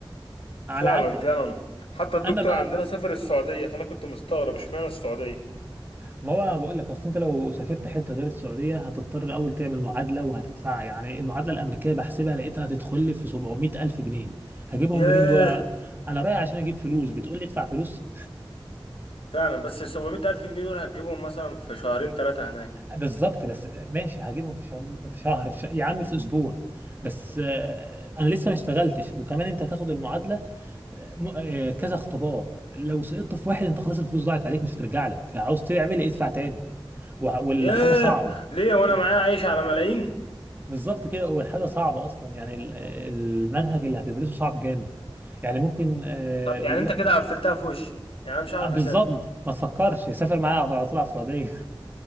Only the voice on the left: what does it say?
فعلا
فعلا حتى الدكتور
عندنا سافر السعودية فأنا كنت مستغرب اشمعنى السعودية
ياه
فعلا بس ال 700 ألف جنيه دول هتجيبهم مثلا في شهرين ثلاثة هناك
ياه
ليه وأنا
معايا عايش على ملايين
طب
يعني أنت
كده قفلتها في وشي يعني أنا مش عارف
أسافر